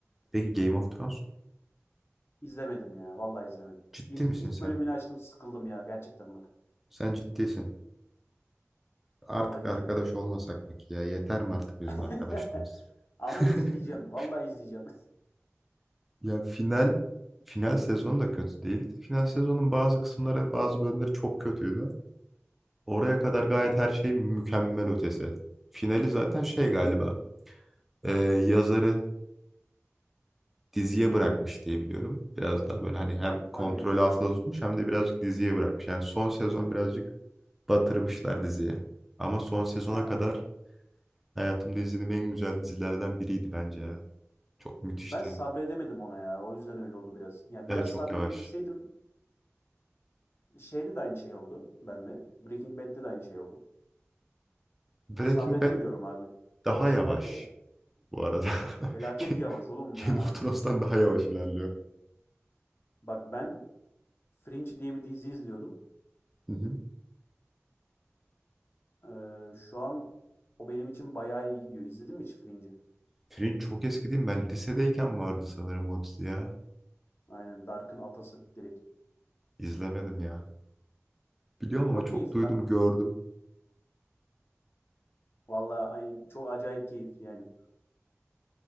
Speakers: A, in the centre; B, on the left (about 50°).
A: Peki Game of Thrones?
B: İzlemedim ya. Vallahi izlemedim.
A: Ciddi
B: İlk,
A: misin
B: ilk
A: sen?
B: bölümünü açtım sıkıldım ya gerçekten bak.
A: Sen ciddisin. Artık
B: Vallahi
A: arkadaş
B: izlemedim.
A: olmasak mı ki ya? Yeter mi artık bizim
B: <laughs>
A: arkadaşlığımız?
B: Ama
A: <laughs>
B: izleyeceğim. Vallahi izleyeceğim.
A: Ya final final sezonu da kötü değildi. Final sezonun bazı kısımları, bazı bölümleri çok kötüydü. Oraya kadar gayet
B: <laughs> Ha.
A: her şey mükemmel ötesi. Finali zaten şey galiba e, yazarı diziye bırakmış diye biliyorum. Biraz daha böyle hani hem kontrol
B: Hadi ya.
A: altında tutmuş hem de birazcık diziye bırakmış. Yani son sezon birazcık batırmışlar diziye. Ama son sezona
B: He.
A: kadar Hayatımda izlediğim en güzel dizilerden biriydi bence ya. Çok müthişti.
B: Ben sabredemedim ona ya. O yüzden öyle oldu biraz. Yani
A: Evet
B: biraz
A: çok
B: sabredebilseydim
A: yavaş.
B: şeyde de aynı şey oldu bende. Breaking Bad'de de aynı şey oldu.
A: Breaking
B: Sabredemiyorum
A: Bad
B: abi.
A: daha
B: Yavaş
A: yavaş
B: ilerliyor ya.
A: bu arada. <laughs>
B: Felaket
A: Ga-
B: yavaş oğlum ya.
A: Game of Thrones'tan daha yavaş ilerliyor.
B: Bak ben Fringe diye bir dizi izliyordum.
A: Hı hı.
B: Ee, şu an o benim için bayağı iyi gidiyor. İzledin mi hiç Fringe'i?
A: Fringe çok eski değil mi? Ben lisedeyken vardı sanırım o dizi ya.
B: Aynen Dark'ın atası direkt.
A: İzlemedim ya. Biliyorum ama
B: Çok
A: çok
B: keyifli
A: duydum
B: lan.
A: gördüm.
B: Vallahi ay- çok acayip keyifli yani.